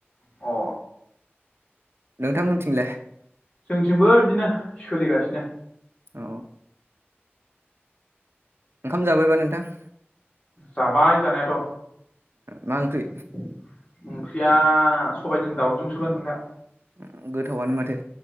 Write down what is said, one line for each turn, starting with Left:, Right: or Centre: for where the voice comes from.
Left: अ
Right: नोंथांमोनथिंलाय?
Left: जोंथिंबो बिदिनो सोलिगासिनो।
Right: अ ओंखाम जाबायबा नोंथां?
Left: जाबाय जानायाथ'
Right: मा ओंख्रि
Left: <inaudible> ओंख्रिया सबायजों दाउजोंसोमोन नोंथां।
Right: ओम गोथावानो माथो